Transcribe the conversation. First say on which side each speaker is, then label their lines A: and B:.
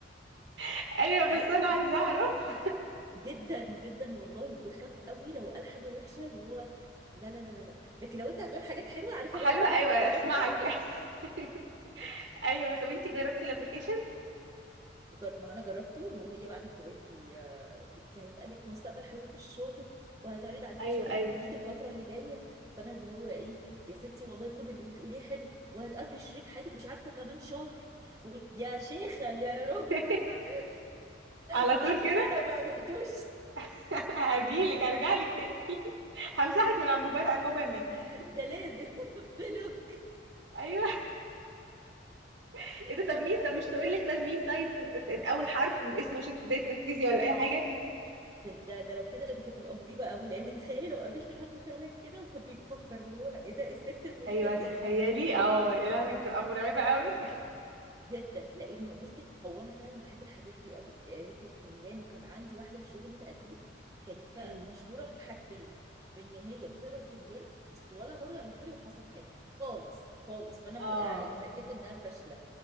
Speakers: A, on the right (about 65°); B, on the right (about 20°).
A: <laughs> ايوه بس انا
B: <laughs>
A: عايزه اعرف
B: جدا جدا والله وبخاف قوي لو قال حاجه وحشه اللي هو لا لا لا لا لا لكن لو انت هتقول حاجات حلوه
A: <laughs>
B: عارفه
A: حلوه
B: انا لو عارفه
A: ايوه
B: انك هتقول
A: اسمعك
B: حاجه كده
A: <laughs>
B: <laughs>
A: ايوه طب انتي جربتي الابلكيشن
B: جر... ما انا جربته وهي بعدت تقول لي آه، انت هيبقى لك مستقبل حلو في الشغل وهيتعرض عليكي
A: ايوه
B: شغل
A: ايوه
B: جديد الفتره اللي جايه فانا اللي هو ايه يا ستي والله كل اللي بتقوليه حلو وهتقابلي شريك حياتك مش عارفه كمان شهر و... يا شيخه يا راجل
A: <laughs>
B: عارفه
A: على
B: طب
A: طول
B: عارفه
A: كده
B: بقى لو ما قابلتوش
A: <laughs> هجيلك هرجع لك تاني <laughs> همسحك من على الموبايل عقابا ليكي
B: <laughs> ده لازم <laughs> بلوك
A: ايوه <laughs> ايه ده
B: لا
A: طب مين
B: لا لا
A: طب
B: انا
A: مش تقول لك طب مين طيب ت- ت- ت- اول حرف من اسمه عشان تبداي تركزي ولا اي حاجه
B: ده ده لو كده دي كانت تبقى مريبة قوي لان تخيلي لو قابلت حد فعلا كده وكان بيفكر اللي هو ايه ده إيه الست المريبة
A: ايوه
B: دي
A: تخيلي اه يا لهوي دي بتبقى مرعبه قوي
B: <laughs> جدا لان بصي هو انا فعلا بحب الحاجات دي قوي قريت الفنجان وكان عندي واحدة في شغلي القديم كانت
A: <laughs>
B: فع-
A: مم.
B: مشهورة بحاجتين بان هي بتقرا الفنجان بس ولا مرة قالت لي وحصل حاجة خالص خالص فانا
A: اه
B: ف- يعني اتاكدت انها فاشلة